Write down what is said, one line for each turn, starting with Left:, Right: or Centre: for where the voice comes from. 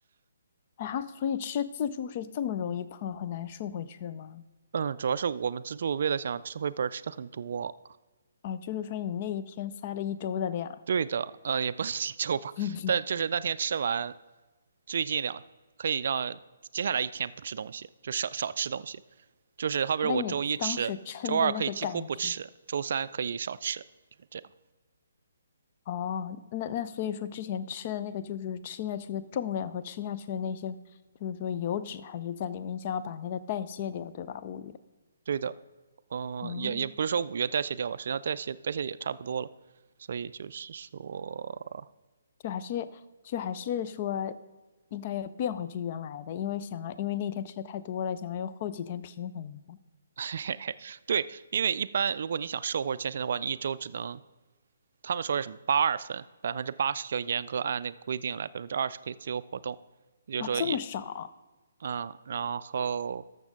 Left: 哎，他所以吃自助是这么容易胖很难瘦回去的吗？
Right: 嗯，主要是我们自助为了想吃回本儿吃的很多，
Left: 哦，就是说你那一天塞了一周的量，
Right: 对的，呃，也不能 <laughs> 一周吧，
Left: <laughs>
Right: 但就是那天吃完，最近两可以让接下来一天不吃东西，就少少吃东西。就是好比说我周一吃，
Left: 那你当时撑的那个感觉，
Right: 周二可以几乎不吃，周三可以少吃，就是这样。
Left: 哦，那那所以说之前吃的那个就是吃下去的重量和吃下去的那些，就是说油脂还是在里面，你想要把那个代谢掉，对吧？物欲。
Right: 对的，嗯、
Left: 哦，
Right: 也也不是说五月代谢掉吧，实际上代谢代谢也差不多了，所以就是说，
Left: 就还是就还是说应该要变回去原来的，因为想要因为那天吃的太多了，想要用后几天平衡一下。
Right: <laughs> 嘿嘿嘿，对，因为一般如果你想瘦或者健身的话，你一周只能他们说是什么八二分，百分之八十要严格按那个规定来，百分之二十可以自由活动，也就是说也
Left: 哇，这么少！
Right: 嗯，然后